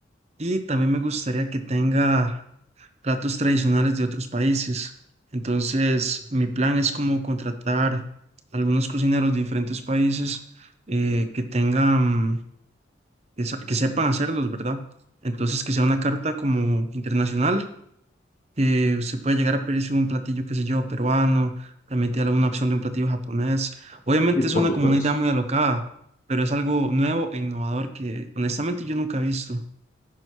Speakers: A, on the right; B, on the left.
A: y también me gustaría que tenga platos tradicionales de otros países. Entonces, mi plan es como contratar algunos cocineros de diferentes países eh, que tengan que, sa- que sepa hacerlos, ¿verdad? Entonces, que sea una carta como internacional, que se puede llegar a pedirse un platillo, qué sé yo, peruano, también tiene alguna opción de un platillo japonés. Obviamente
B: Sí,
A: es
B: por
A: una
B: supuesto.
A: como una idea muy alocada, pero es algo nuevo e innovador que honestamente yo nunca he visto.